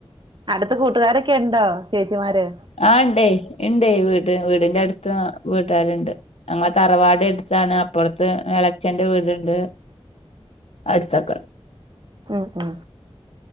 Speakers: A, on the right; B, on the left.
A: അടുത്ത് കൂട്ടുകാരൊക്കെ ഇണ്ടോ ചേച്ചിമാര്
B: ആഹ് ഇണ്ടേയ് ഇണ്ടേയ് വീട്ട് വീടിന്റെ അടുത്ത് വീട്ടാര്ണ്ട് ഞങ്ങളെ തറവാട് എട്ത്താണ് അപ്പൊറത്ത് എളച്ചന്റെ വീട്ണ്ട് അഹ്ടത്തക്ക
A: ഉം ഉം